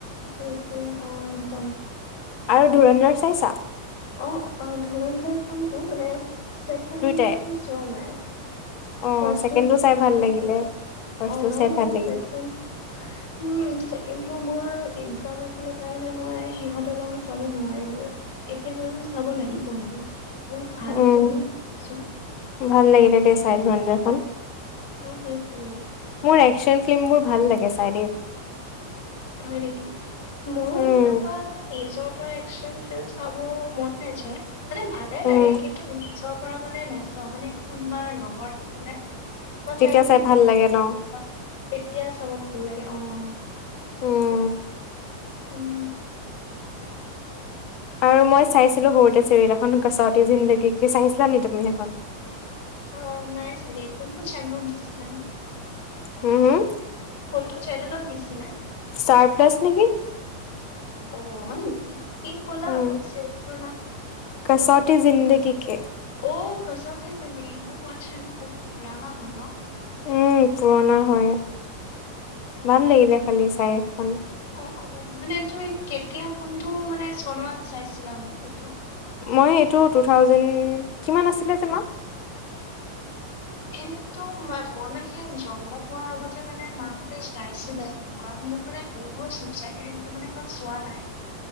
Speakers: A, on the left (about 60°); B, on the left (about 40°).
A: সেইটোৱেই- সেইটোৱেই অ, একদম।
B: আৰু ধুৰনদৰ চাইছা?
A: অ', অ', ধুৰনদৰ কোনটো মানে চেকেণ্ড
B: দুইটাই
A: টো চোৱা নাই।
B: অ
A: ফাৰ্ষ্ট
B: ছেকেণ্ডটো
A: টো
B: চাই
A: ফাৰ্ষ্টখন
B: ভাল লাগিলে
A: চাইচো অ,
B: ফাৰ্ষ্টটো
A: ন'
B: চাই
A: মই
B: ভাল
A: চেকেণ্ড
B: লাগিলে
A: উম, ছেকেণ্ডটো মোৰ একজাম আছিল কাৰণে মই সিহঁতৰ লগত চাব নোৱাৰিলোঁ। এতিয়া বাৰু চাব লাগিব সেইটো বহুত ভাল
B: উম
A: হৈছে বুলি ভাবিছোঁ।
B: ভাল লাগিলে দেই চাই ধুৰনদৰখন।
A: উম, হুম, উম,
B: মোৰ একশচন ফিল্মবোৰ ভাল লাগে চাই দে।
A: হয় নেকি? মোৰ
B: উম
A: সেনেকুৱা মানে নিজৰ পৰা একচন ফিল্ম চাব মন নেযায়। মানে ভালে লাগে
B: উম
A: কিন্তু নিজৰ পৰা মানে নেচাওঁ মানে কোনবাৰ লগৰ থাকিলে বা
B: তেতিয়া
A: ফেমিলি
B: চাই
A: থাকিলে
B: ভাল লাগে
A: সেনেকুৱা
B: ন
A: তেতিয়া চাব ভাল লাগে অ। সেইটোৱে
B: উম
A: উম।
B: আৰু মই চাইছিলো সৰুতে চিৰিয়েল এখন কছতি জিন্দেগী কি চাইছিলা নেকি তুমি সেইখন?
A: অঁ নাই চাগে কোন তো চেনেলত দিছিলে নো
B: হম হুম
A: কোনটো চেনেলত দিছিলে?
B: ষ্টাৰ প্লাছ নেকি।
A: অ হয় নেকি কি ক'লা
B: উম
A: আকৌ চিৰিয়েল খনৰ নাম
B: কচৌটি জিন্দগী কে
A: অঁ কছতি জিন্দগী অঁ মই আচ্ছা এইটো বহুত পুৰণা হয় ন
B: উম পুৰণা হয় ভাল লাগিলে খালি চাই এখন
A: অঁ অঁ মানে তুমি কেতিয়া কোনটো মানে চনত চাইছিলা সেইটো
B: মই এইটো টু থাউজেণ্ড কিমান আছিলে যে মাহ
A: এনেতো ম মই মানে জন্ম হোৱাৰ আগতে মানে মাহতে চাইছিলে হেনেকুৱা মোৰ মানে ব চপ চাইডে সেটো মানে ইমান চোৱা নাই